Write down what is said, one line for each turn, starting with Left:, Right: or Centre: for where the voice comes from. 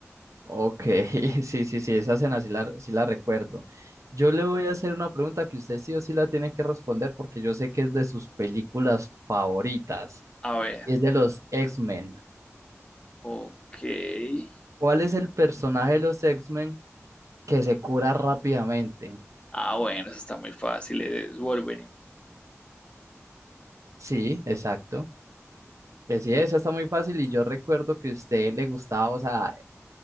Right: Ok, <laughs> sí, sí, sí, esa cena sí la, sí la recuerdo. Yo le voy a hacer una pregunta que usted sí o sí la tiene que responder porque yo sé que es de sus películas favoritas
Left: A ver,
Right: y es de los X-Men.
Left: ok.
Right: ¿Cuál es el personaje de los X-Men que se cura rápidamente?
Left: Ah, bueno, eso está muy fácil, es Wolverine.
Right: Sí, exacto. Pues sí,
Left: Sí.
Right: esa está muy fácil y yo recuerdo que a usted le gustaba, o sea,